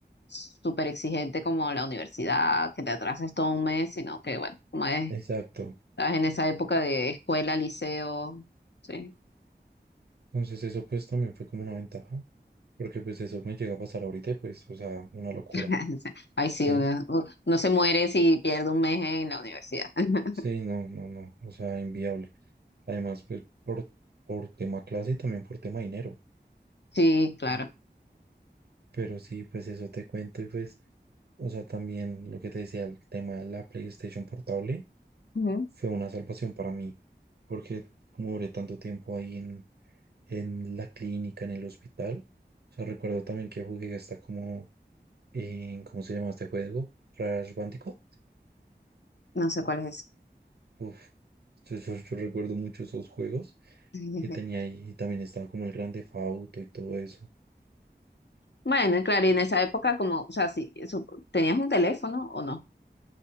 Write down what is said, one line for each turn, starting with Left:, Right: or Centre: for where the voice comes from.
Left: súper exigente como la universidad, que te atrases todo un mes, sino que, bueno, como es,
Right: exacto.
Left: estás en esa época de escuela, liceo, sí.
Right: Entonces eso pues también fue como una ventaja, porque pues eso me llega a pasar ahorita y pues, o sea, una locura.
Left: <laughs> Ay,
Right: Sí,
Left: sí, uno, uno se muere si pierde un mes en la universidad. <laughs>
Right: sí, no, no, no, o sea, inviable. Además, pues por, por tema clase y también por tema dinero.
Left: Sí, claro.
Right: Mm. Pero sí, pues eso te cuento y pues, o sea, también lo que te decía, el tema de la PlayStation portable.
Left: Ujú.
Right: fue una salvación para mí, porque como duré tanto tiempo ahí en, en la clínica, en el hospital, o sea, recuerdo también que jugué hasta como en, ¿cómo se llama este juego? Crash Bandicoot.
Left: No sé cuál es.
Right: Uf, yo, yo- yo recuerdo mucho esos juegos
Left: <laughs>
Right: que tenía
Left: Ok.
Right: ahí, y también estaba como el Grande Fauto y todo eso.
Left: Bueno, claro, y en esa época como, o sea, sí, su- ¿tenías un teléfono o no?